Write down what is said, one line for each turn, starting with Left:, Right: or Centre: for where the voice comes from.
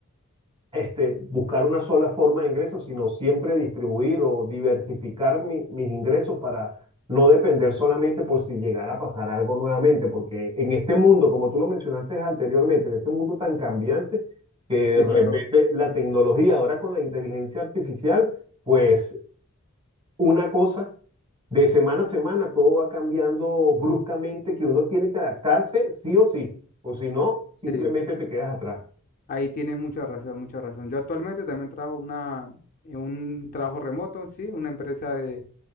Right: este, buscar una sola forma de ingresos, sino siempre distribuir o diversificar mi- mis ingresos para no depender solamente por si llegara a pasar algo nuevamente, porque en este mundo, como tú lo mencionaste anteriormente, en este mundo tan cambiante, que de
Left: sí,
Right: repente
Left: claro,
Right: la tecnología ahora con la inteligencia artificial, pues una cosa... De semana a semana todo va cambiando bruscamente, que uno tiene que adaptarse sí o sí, o si no,
Left: sí,
Right: simplemente te quedas atrás.
Left: ahí tienes mucha razón, mucha razón. Yo actualmente también trabajo una, en un trabajo remoto, sí, una empresa de,